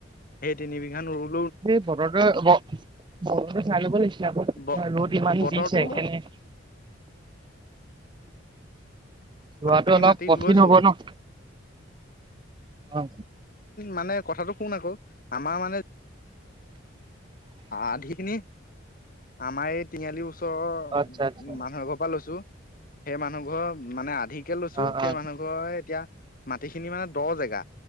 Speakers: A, on the left; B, on the right.
A: সেই তিন বিঘান নো
B: এই বতৰতোয়ে ব চাই ল'ব লাগিছিলে আকৌ ৰ'দ
A: ব
B: ইমান
A: বতৰটো
B: দিছে সেই কেনে
A: <inaudible>
B: যোৱাতটো
A: আমি
B: অলপ
A: মাতি
B: কঠিন
A: লৈছো
B: হব ন, অ।
A: মানে কথাটো শুন আকৌ আমাৰ মানে আধি খিনি আমাৰ এই তিনিআলি ও ওচৰৰ
B: আচ্ছা আচ্ছা
A: মানুহৰ ঘৰৰ পৰা লৈছো সেই মানুহ ঘৰ মানে আধিক কে লৈছো
B: অ
A: সেই
B: অ
A: মানুহ ঘৰে এতিয়া গোটেইখিনি মানে দ জেগা